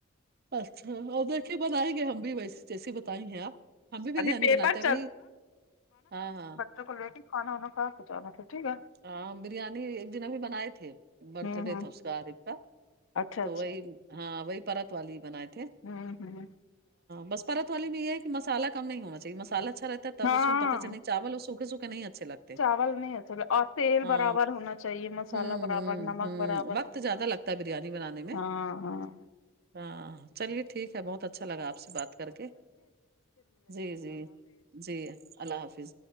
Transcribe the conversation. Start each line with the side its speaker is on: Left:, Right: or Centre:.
Right: اچھا اور ویسے ہی بنائیں گے ہم بھی ویس جیسی بتائی ہیں آپ ہم بھی بریانی
Left: ابھی پیپر
Right: بناتے ابھی ہاں ہاں
Left: تو کو ریٹیھانا ہوا کاہ جانا تھا ٹھیک ہے
Right: ہاں بریانی ایک دن ابھی بنائے تھے برتھ
Left: ہوں
Right: ڈے
Left: ہوں
Right: تھا اس کا عریب کا
Left: اچھا
Right: تو
Left: اچھا
Right: وہی ہاں وہی پرت والی ہی بنائے تھے
Left: ہوں ہوں
Right: بس پرت والے میں یہ ہے کہ مسالہ کم نہیں ہونا چاہیے مسالا اچھا رہتا تب
Left: ہاں
Right: اس میں پتا چل نہیں چاول اور سوکھے سوکھے نہیں اچھے لگتے
Left: <unintelligible> <unintelligible> تیل
Right: ہاں
Left: برابر ہونا چاہیے مسالہ
Right: ہوں
Left: برابر
Right: ہوں
Left: نمک
Right: ہوں
Left: برابر
Right: وقت زیادہ لگتا ہے بریانی بنانے میں
Left: ہاں ہاں
Right: ہاں چلیے ٹھیک ہے بہت اچھا اچھا لگا آپ سے بات کر کے جی جی جی اللہ حافظ